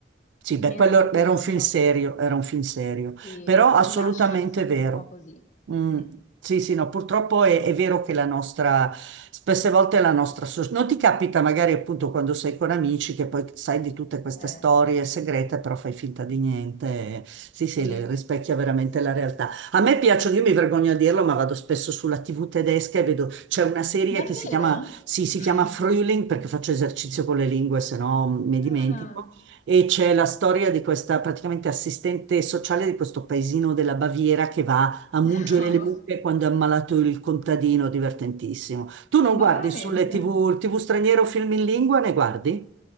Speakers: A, on the right; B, on the left.
A: Sì, beh,
B: meraviglioso,
A: quello era un film serio, era un film serio,
B: sì,
A: però
B: che
A: assolutamente
B: ti lasciano sempre
A: vero.
B: un po' così.
A: Mm,
B: Mm,
A: sì, sì, no, purtroppo è, è vero che la nostra, spesse volte la nostra, so- non ti capita magari appunto quando sei con amici che poi sai di tutte queste
B: eh,
A: storie segrete, però fai finta di niente. Sì,
B: sì,
A: sì, le rispecchia veramente la realtà. A me piacciono, io mi vergogno a dirlo, ma vado spesso sulla TV tedesca e vedo, c'è una serie
B: davvero?
A: che si chiama sì, si
B: <laughs>
A: chiama Frühling perché faccio esercizio con le lingue, se no mi
B: Ah,
A: dimentico. E c'è la storia di questa praticamente assistente sociale di questo paesino della Baviera che va a mungere
B: <laughs>
A: le mucche
B: no,
A: quando è ammalato il contadino, divertentissimo. Tu non
B: ma
A: guardi
B: veramente?
A: sulle TV, TV straniere o film in lingua, ne guardi?